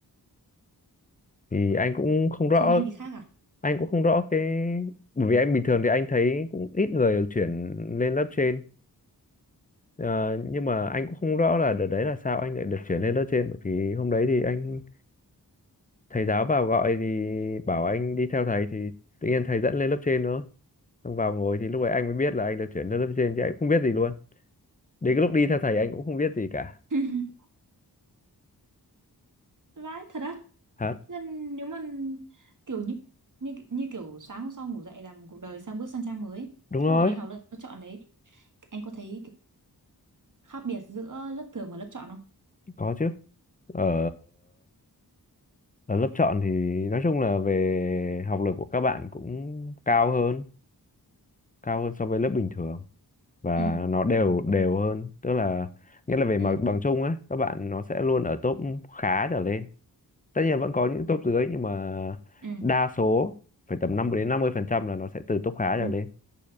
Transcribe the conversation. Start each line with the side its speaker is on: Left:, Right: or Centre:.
Left: Thì anh cũng không rõ
Right: trường anh thì khác à
Left: anh cũng không rõ cái bởi vì anh bình thường thì anh thấy cũng ít người được chuyển lên lớp trên Ờ, nhưng mà anh cũng không rõ là đợt đấy là sao anh lại được chuyển lên lớp trên bởi vì hôm đấy thì anh thầy giáo vào gọi thì bảo anh đi theo thầy thì tự nhiên thầy dẫn lên lớp trên thôi xong vào ngồi thì lúc ấy anh mới biết là anh được chuyển lên lớp trên chứ anh cũng không biết gì luôn đến cái lúc đi theo thầy anh cũng không biết gì cả
Right: <laughs> vãi thật á
Left: hả
Right: nên nếu mà kiểu như như như kiểu sáng hôm sau ngủ dậy là một cuộc đời sang bước sang trang mới ấy.
Left: đúng
Right: chứ
Left: rồi
Right: hồi anh học lớp chọn đấy anh có thấy cái khác biệt giữa lớp thường và lớp chọn không
Left: có chứ ở ở lớp chọn thì nói chung là về học lực của các bạn cũng cao hơn cao hơn so với lớp bình thường và
Right: ừ
Left: nó đều đều hơn tức là nghĩa là về
Right: ừ
Left: mặt bằng chung ấy các bạn nó sẽ luôn ở top khá trở lên tất nhiên vẫn có những top dưới nhưng mà
Right: ừ
Left: đa số phải tầm 50 đến 50 phần trăm là nó sẽ từ top khá trở
Right: ừ
Left: lên